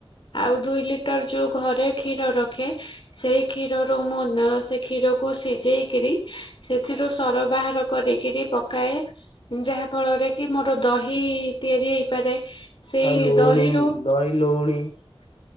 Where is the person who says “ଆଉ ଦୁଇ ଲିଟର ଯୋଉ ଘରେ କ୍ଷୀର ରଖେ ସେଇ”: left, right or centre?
Left